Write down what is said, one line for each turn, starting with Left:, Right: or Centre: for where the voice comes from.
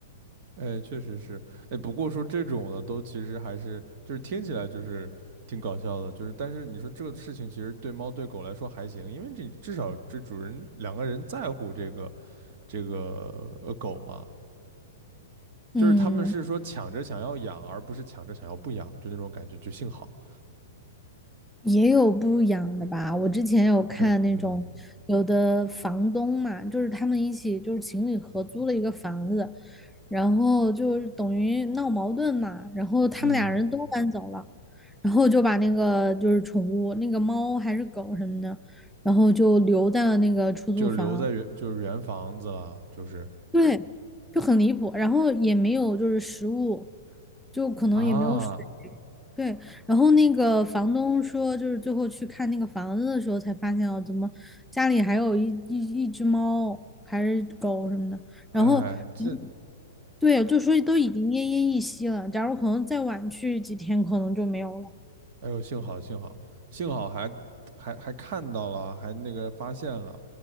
Right: <laughs> 哎，确实是。哎，不过说这种的都其实还是就是听起来就是挺搞笑的，就是但是你说这个事情其实对猫对狗来说还行，因为这至少这主人两个人在乎这个这个呃狗嘛，
Centre: 嗯，
Right: 就是他们是说抢着想要养，而不是抢着想要不养，就那种感觉，就幸好
Centre: 也有不养的吧？我之前有看那种有的房东嘛，
Right: 肯嗯
Centre: 就是他们一起就是情侣合租了一个房子，然后就是等于闹矛盾嘛，然后他们俩人都搬走了，
Right: 嗯，
Centre: 然后就把那个就是宠物那个猫还是狗什么的，然后就留在了那个出租房，
Right: 就留在原就是原房子了，就是。
Centre: 对，就很离谱，然后也没有就是食物，就可能也没有水
Right: 啊，
Centre: 对，然后那个房东说，就是最后去看那个房子的时候，才发现哦，怎么家里还有一一一只猫还是狗什么的。
Right: 哎，
Centre: 然后，
Right: 这，
Centre: 嗯对，就说都已经奄奄一息了。假如可能再晚去几天，可能就没有了。
Right: 哎呦，幸好幸好幸好还还还看到了，还那个发现了，